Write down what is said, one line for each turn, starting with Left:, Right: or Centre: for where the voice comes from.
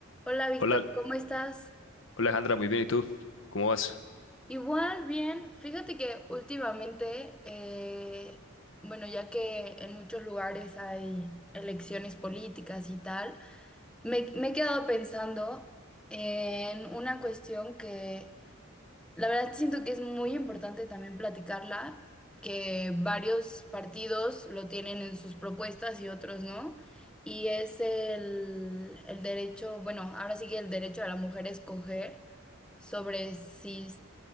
Centre: Hola Víctor,
Left: Hola, hola,
Centre: ¿cómo estás?
Left: Alejandra, muy bien, ¿y tú? ¿Cómo vas?
Centre: Igual, bien. Fíjate que últimamente, eh, bueno, ya que en muchos lugares hay elecciones políticas y tal, me, me he quedado pensando en una cuestión que La verdad siento que es muy importante también platicarla, que varios partidos lo tienen en sus propuestas y otros no. Y es el, el derecho, bueno, ahora sí que el derecho de la mujer a escoger sobre si,